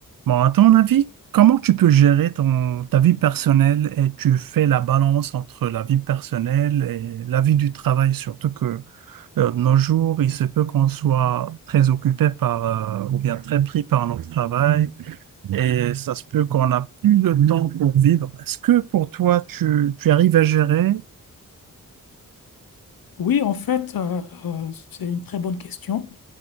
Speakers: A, on the right (about 75°); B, on the left (about 80°).
A: Bon, à ton avis, comment tu peux gérer ton, ta vie personnelle et tu fais la balance entre la vie personnelle et la vie du travail, surtout que euh, de nos jours, il se peut qu'on soit très occupé par, euh, ou bien très pris par notre travail et ça se peut qu'on n'a plus le temps pour vivre. Est-ce que pour toi, tu, tu arrives à gérer?
B: Oui, en fait, euh, euh, c'est une très bonne question.